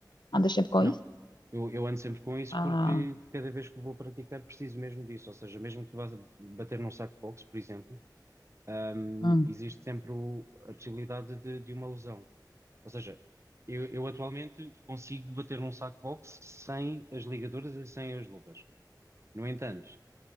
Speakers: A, on the left (about 80°); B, on the right (about 40°).
A: Andas sempre com
B: Não,
A: isso?
B: eu, eu ando sempre com isso
A: Ah,
B: porque cada vez que vou praticar preciso mesmo disso. Ou seja, mesmo que vá bater num saco de boxe, por exemplo um,
A: hum,
B: existe sempre o- a possibilidade de, de uma lesão. Ou seja, eu, eu atualmente consigo bater num saco box sem as ligaduras e sem as luvas. No entanto,